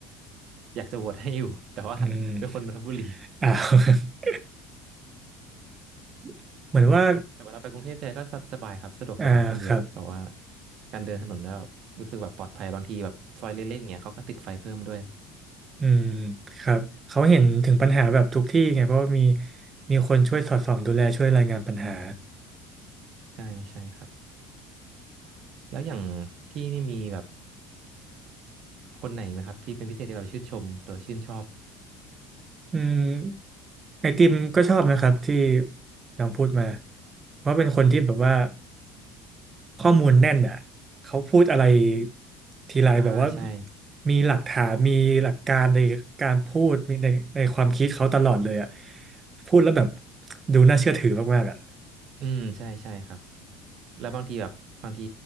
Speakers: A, on the right; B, on the right.
A: อยากจะโหวตให้อยู่ <laughs> แต่ว่าเป็นคนนนทบุรี
B: อืมอ่า <laughs> เหมือนว่า
A: แต่เวลาไปกรุงเทพแท้ก็สบสบายครับสะดวกสบายขึ้นเยอะแบบว่า
B: อ่าครับ
A: การเดินถนนแล้วรู้สึกแบบปลอดภัยบางทีแบบซอยเล็กๆเนี่ยเขาก็ติดไฟเพิ่มด้วย
B: อืมครับเขาเห็นถึงปัญหาแบบทุกที่ไงเพราะว่ามีมีคนช่วยสอดส่องดูแลช่วยรายงานปัญหา
A: ใช่ใช่ครับแล้วอย่างพี่นี่มีแบบคนไหนไหมครับที่เป็นพิเศษที่แบบชื่นชมหรือว่าชื่นชอบ
B: อืมไอติมก็ชอบนะครับที่น้องพูดมาเพราะเป็นคนที่แบบว่าข้อมูลแน่นอ่ะเขาพูดอะไรทีไรแบบว่า
A: อ่าใช่
B: มีหลักฐานมีหลักการในการพูดมีในในความคิดเขาตลอดเลยอ่ะพูดแล้วแบบดูน่าเชื่อถือมากๆอ่ะ
A: อืมใช่ใช่ครับแล้วบางทีแบบบางที